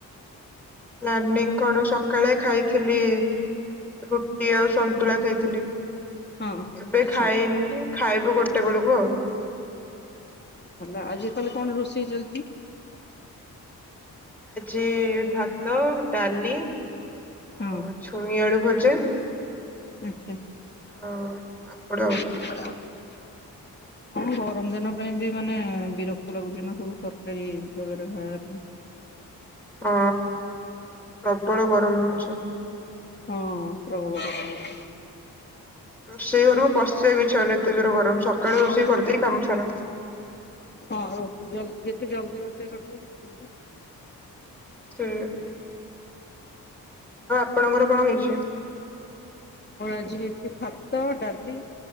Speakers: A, in the centre; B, on the left.
A: ପ୍ଲାନିଂ କଣ ସକାଳେ ଖାଇଥିଲି ରୁଟି ଆଉ ସନ୍ତୁଳା ଖାଇଥିଲି।
B: ହଁ
A: ଏବେ
B: ଆଚ୍ଛା
A: ଖାଇନି ଖାଇବୁ ଗୋଟେ ବେଳକୁ ଆଉ।
B: ଭଲ ଆଜି ତାହେଲେ କଣ ରୋଷେଇ ଚାଲିଛି?
A: ଆଜି ଭାତ ଡାଲି
B: ହଁ
A: ଆଉ ଛୁଇଁ ଆଳୁ ଭଜା।
B: ଉହୁଁ।
A: ଆଉ ପାମ୍ପଡ ଆଉ।
B: <unintelligible> ହଁ ଗରମ ଦିନ ପାଇଁ ବି ମାନେ ବିରକ୍ତ ଲାଗୁଛି ନା ସବୁ ତରକାରୀ ବଗେରା ଖାଇବାପାଇଁ।
A: ହଁ ପ୍ରବଳ ଗରମ ହଉଛି।
B: ହଁ ପ୍ରବଳ ଗରମ ହଉଛି।
A: ରୋଷେଇ ଘରକୁ ପଶିବାକୁ ଇଚ୍ଛା ହଉନି ଏତେ ଜୋର ଗରମ ସକାଳୁ
B: ଅଛି
A: ରୋଷେଇ କରିଦେଇ କାମ ସାର।
B: ହଁ ଯେ ଯେତେ ଜଲଦି ରୋଷେଇ କରିଦେବେ
A: ହୁଁ। ଆପଣଙ୍କର କଣ ହେଇଛି?
B: ଆମର ଆଜି ହେଇଛି ଭାତ, ଡାଲି,